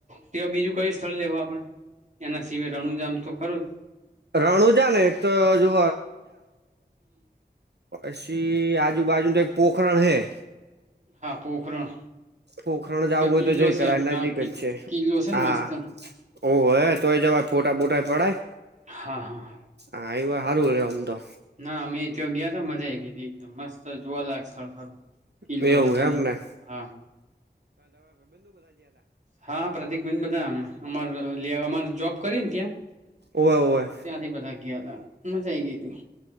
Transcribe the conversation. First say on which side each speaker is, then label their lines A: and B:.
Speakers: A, on the right; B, on the right.
A: તે બીજું કયું સ્થળ લેવા પણ એના સિવાય રણુજ જામ તો ખરો જ
B: રણુજા ને એક તો જો પસી આજુબાજુ તો એક પોખરણ હૈ
A: હા પોખરણ
B: પોખરણ જાવું હોય
A: કિલ્લો
B: તો જય
A: છે
B: કરાય
A: હા
B: નજીક જ છે
A: કિલ્લો છે ને
B: હા
A: મસ્ત
B: હોવે તોરે બાહ્હ અછી પડાચ
A: હા હા
B: હા એવા હારું હોય આમ તો
A: ના અમે તો ગીયા તા મજા એકદમ મસ્ત જોવાલાયક સ્થળ કિલ્લો
B: એવું
A: છે
B: એમને
A: જૂનો હા હા પ્રતિક બેેન બધા જોબ કરીએને ત્યાં
B: ઓવે ઓવે
A: ત્યાં થી બધ ગીયા તા મજા